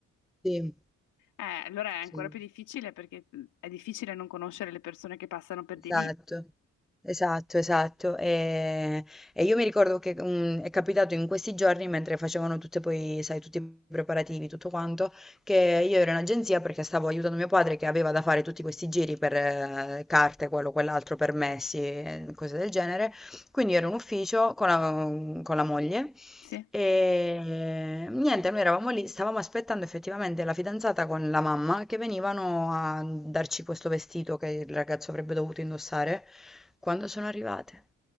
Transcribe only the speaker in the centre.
Sì,
sì.
Esatto,
esatto, esatto. E, e io mi ricordo che mm, è capitato in questi giorni, mentre facevano tutte poi, sai, tutti i preparativi, tutto quanto, che io ero in agenzia perché stavo aiutando mio padre che aveva da fare tutti questi giri per eh, carte, quello, quell'altro, permessi, e cose del genere. Quindi ero in ufficio con la, mm, con la moglie.
E niente, noi eravamo lì, stavamo aspettando effettivamente la fidanzata con la mamma che venivano a darci questo vestito che il ragazzo avrebbe dovuto indossare quando sono arrivate.